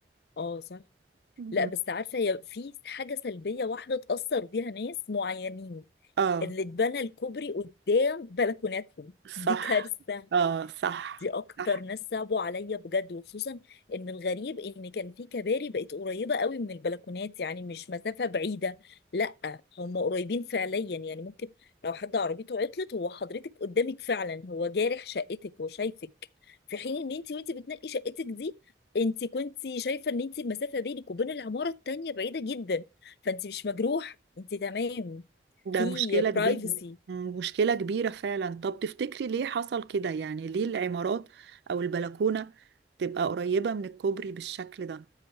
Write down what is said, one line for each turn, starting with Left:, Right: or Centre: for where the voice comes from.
Left: اه صح
Right: مم.
Left: لا بس عارفة هي في حاجة سلبية واحدة تأثر بيها ناس معينين
Right: اه
Left: اللي اتبنى الكوبري قدام بلكوناتهم
Right: صح
Left: دي كارثة
Right: اه صح
Left: دي اكتر
Right: صح
Left: ناس صعبوا عليا بجد وخصوصا ان الغريب ان كان في كباري بقت قريبه قوي من البلكونات يعني مش مسافه بعيده لا هم قريبين فعليا يعني ممكن لو حد عربيته عطلت هو حضرتك قدامك فعلا هو جارح شقتك وشايفك في حين ان انت وانت بتنقي شقتك دي انت كنت شايفه ان انت المسافه بينك وبين العماره التانيه بعيده جدا فانت مش مجروح انت تمام
Right: ده
Left: في
Right: مشكلة كبيرة
Left: برايفسي
Right: مم، مشكلة كبيرة فعلا طب تفتكري ليه حصل كده يعني ليه العمارات او البلكونة تبقى قريبة من الكوبري بالشكل ده